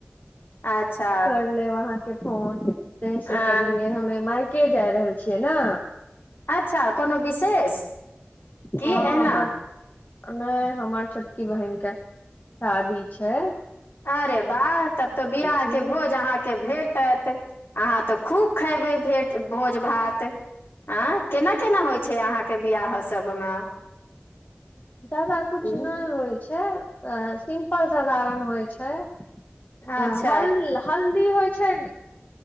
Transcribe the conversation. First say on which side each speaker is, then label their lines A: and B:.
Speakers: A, on the left (about 65°); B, on the left (about 45°).
A: अच्छा
B: करल वहाँ <unintelligible> के फोन तैसे
A: अ
B: करलियै हमे माइक केँ जा रहल छियैक ने
A: अच्छा कोनो विशेष की
B: हँ
A: एहना
B: हमर नहि हमर छोटकी बहिनक केँ शादी छैक
A: अरे वाह तब तो बियाह
B: छियै
A: केँ भोज अहाँ भेटत अहाँ तऽ खूब खबै भोज भात आ केना केना होइत छैक अहाँके बियाह सभमे
B: ज्यादा कुछ
A: उं
B: नहि होइत छैक सिम्पल साधारण होइत छैक अ
A: अच्छा
B: हल हल <inaudible> हल्दी होइत छैक